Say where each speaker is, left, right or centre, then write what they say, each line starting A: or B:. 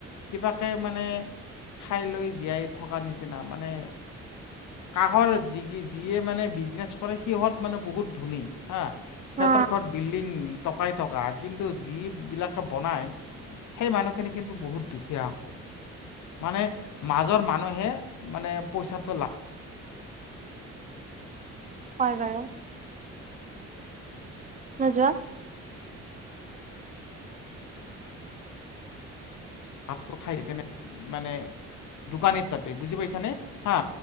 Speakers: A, on the left (about 75°); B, on the right (about 25°).
A: কিবাকে মানে খাই লৈ জীয়াই থকাৰ নিচিনা মানে কাহৰ যি যিয়ে মানে বিজনেছ কৰে সিহঁত মানে বহুত ধনী। হা সেইতৰ
B: হা,
A: ঘৰত বিল্ডং টকাই টকা কিন্তু যিবিলাকে বনায় সেই মানুহখিনি কিন্তু বহুত দুখীয়া আক। মানে মাজৰ মানুহে মানে পইচাটো লাগ
B: হয় গৈ অহ। নোযোৱা
A: ভাত তো খায় তেনে মানে দোকানত তাতে বুজি পাইছানে? হা